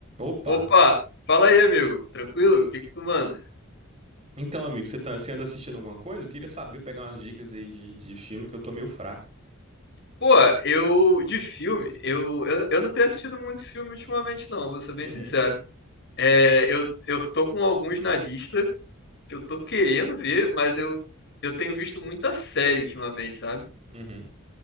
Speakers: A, on the right; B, on the left.
A: Opa!
B: Opa, fala aí, amigo. Tranquilo? O que que tu manda?
A: Então, amigo, você, tá, você anda assistindo alguma coisa? Eu queria saber, pegar umas dicas aí de, de filme que eu tô meio fraco.
B: Pô, eu de filme, eu, eu, eu não tenho assistido muito filme ultimamente, não, vou ser bem
A: Uhum,
B: sincero. É, eu, eu tô com alguns na lista que eu tô querendo ver, mas eu, eu tenho visto muita série ultimamente, sabe?
A: uhum.